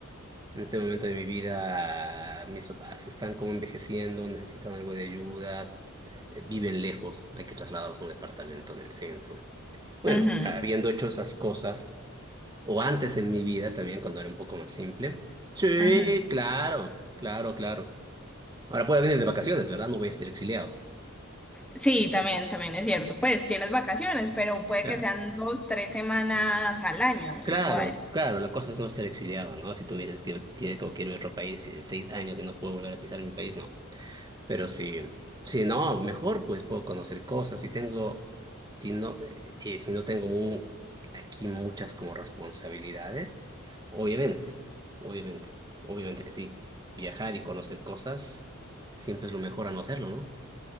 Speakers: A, on the right; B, in the centre.
A: En este momento de mi vida, mis papás están como envejeciendo, necesitan algo de ayuda, eh, viven lejos, hay que trasladarlos a un departamento en el centro. Bueno,
B: Ujú,
A: habiendo hecho esas cosas, o antes en mi vida también, cuando era un poco más simple. Sí,
B: ujú.
A: claro, claro, claro. Ahora puedo venir de vacaciones, ¿verdad? No voy a estar exiliado.
B: Sí, también, también es cierto. Pues tienes vacaciones, pero puede
A: Claro.
B: que sean dos, tres semanas al año,
A: Claro,
B: igual.
A: claro, la cosa es no ser exiliado, ¿no? Si tú me dices que tiene que irme a otro país y seis años y no puedo volver a pisar mi país, no. Pero si, si no, mejor pues puedo conocer cosas. Si tengo, si no, eh, eh, si no tengo mu- aquí muchas como responsabilidades, obviamente, obviamente, obviamente que sí. Viajar y conocer cosas siempre es lo mejor a no hacerlo, ¿no?